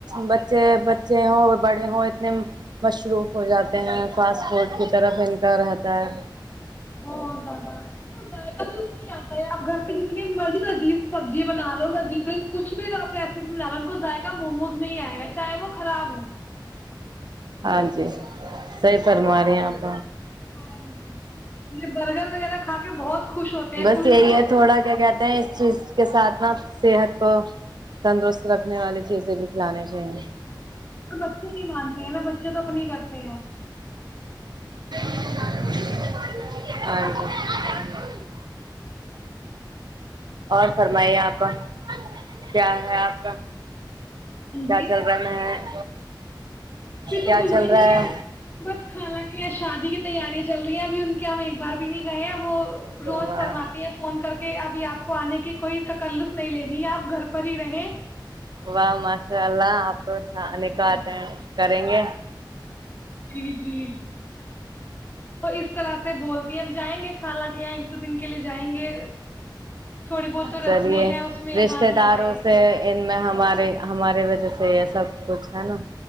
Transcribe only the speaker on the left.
بہت زیادہ تو ذائقہ بھی اتنا ہی اتا ہے آپ گھر پہ جتنی مرضی سبزی بنا لو لزیز کچھ بھی تو آپ ریسیپی بنا لو کو ذایقہ کا موموز میں ہی آئے گا چاہے وہ خراب ہو
ہاں جی یہ برگر وغیرہ کھا کے بہت خوش ہوتے ہیں
ان
کو
اور بچے نہیں مانتے ہیں نہ بچے تو اپنی ہی کرتے کیا
ہاں
پھر
تو کچھ
بھی
نہیں ہے بس خالا کے یہاں شادی کی تیاریاں چل رہی ہیں ابھی ان کہ ہم ایک بار بھی نہیں گئے ہیں وہ
روز
فرماتی ہے فون کر کے آ بھی آپ کو آنے کی کوئی تکلف نہیں لینی ہے آپ گھر پر ہی رہے
ہاں جی
جی جی وہ اس طرح سے بولتی ہیں اب جائیں گے خالا کے ایک دو دن کے لیے جائیں گے تھوڑی بہت جو
رسمیں ہیں اس میں
ہاتھ لگائے
جائیں
گے